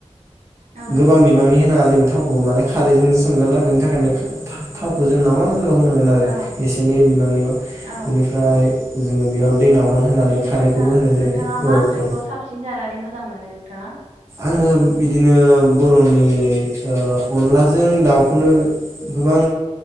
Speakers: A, on the right; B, on the right.
A: औ
B: गोबां
A: नंगौ
B: बिबांनि होनाङा जों थावखौ माने खारैजोंसो संगोन ना बेनि थाखायनो थावखौ जों नाव मान होनांगोन आरो
A: औ
B: इसेनि बिबांनिल
A: औ
B: इनिफ्राय जोंङो बियाव दै नावमान होनानै
A: नो
B: खारैखौबो
A: नोंथां
B: होनाय जायो
A: नोंथाङा मा
B: औ
A: ओंख्रिखौ
B: औ
A: साबसिन जानानै मोजां मोनो थांङा
B: आङो बिदिनो बरनि अनलाजों दाउखौनो गोबां